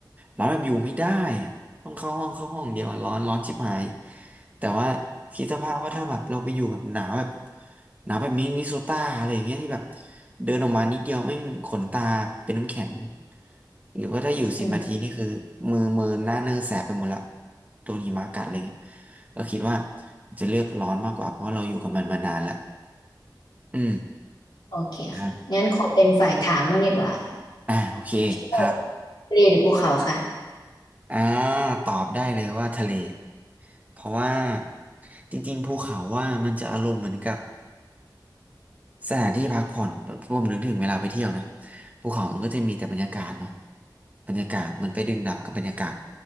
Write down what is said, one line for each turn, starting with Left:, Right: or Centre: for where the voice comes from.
Right: ร้อนแบบอยู่ไม่ได้อะต้องเข้าห้องเข้าห้องเดียวอะร้อนร้อนชิบหาย แต่ว่าคิดสภาพว่าถ้าแบบเราไปอยู่แบบหนาวแบบหนาวแบบมินนิโซตาอะไรอย่างเงี้ยที่แบบเดินออกมานิดเดียวแม่งขนตาเป็นน้ำแข็งหรือว่าถ้าอยู่สิบนาทีนี่คือมือมือหน้าเนอแสบไปหมดละ
Left: อืม
Right: โดนหิมะกัดอะไรเงี้ยก็คิดว่าจะเลือกร้อนมากกว่าเพราะว่าเราอยู่กับมันมานานละอืม
Left: โอเคค่ะงั้นขอเป็นฝ่ายถามบ้างดีกว่าค่ะ
Right: อ่ะอ่าโอเคครับ
Left: ชอบทะเลหรือภูเขาค่ะ
Right: อ่าตอบได้เลยว่าทะเลเพราะว่าจริงๆภูเขาว่ามันจะอารมณ์เหมือนกับ สถานที่พักผ่อนแบบรวมถึงถึงเวลาไปเที่ยวนะภูเขามันก็จะมีแต่บรรยากาศเนาะบรรยากาศมันไปดื่มด่ำกับบรรยากาศ